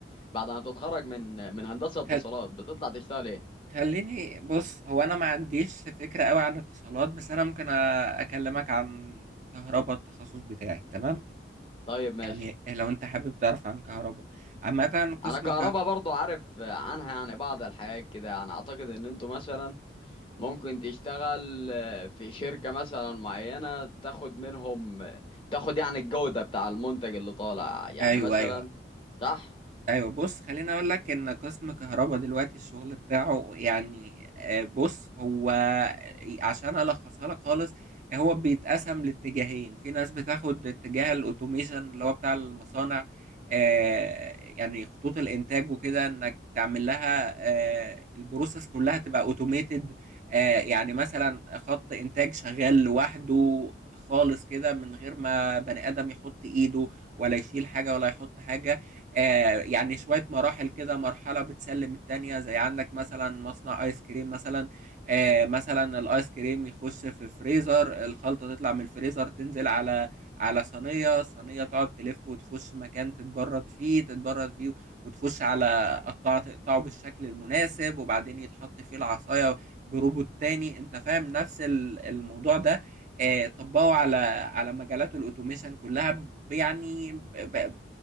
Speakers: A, on the left; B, on the right.
A: بعد ما بتتخرج من من هندسه اتصالات
B: خل-
A: بتطلع تشتغل ايه
B: خليني بص هو انا ما عنديش فكرة قوي عن اتصالات بس انا ممكن أ- اكلمك عن كهرباء التخصص بتاعي تمام
A: طيب ماشي
B: يعني لو انت حابب تعرف عن كهرباء عامة قسم
A: انا كهربا
B: ك...
A: برضه عارف عنها يعني بعض الحاجات كده انا اعتقد ان انتوا مثلا ممكن تشتغل في شركه مثلا معينه تاخد منهم تاخد يعني الجوده بتاع المنتج اللي طالع يعني
B: ايوه
A: مثلا
B: ايوه
A: صح
B: ايوه بص خليني اقول لك ان قسم كهرباء دلوقتي الشغل بتاعه يعني آه، بص هو آه، عشان الخصها لك خالص هو بيتقسم لاتجاهين في ناس بتاخد اتجاه الاوتوميشن اللي هو بتاع المصانع آه، يعني خطوط الانتاج وكده انك تعمل لها آه، البروسيس كلها تبقى اوتوميتد يعني مثلا خط انتاج شغال لوحده خالص كده من غير ما بني ادم يحط ايده ولا يشيل حاجه ولا يحط حاجه آه، يعني شوية مراحل كده مرحلة بتسلم التانية زي عندك مثلا مصنع ايس كريم مثلا آه، مثلا الايس كريم يخش في الفريزر الخلطة تطلع من الفريزر تنزل على على صينية صينية تقعد تلف وتخش مكان تتبرد فيه تتبرد فيه وتخش على قطعة تقطعه بالشكل المناسب وبعدين يتحط فيه العصاية بروبوت تاني انت فاهم نفس ال- الموضوع ده آه، طبقوا على على مجالات الاوتوميشن كلها ب- يعني ب- ب-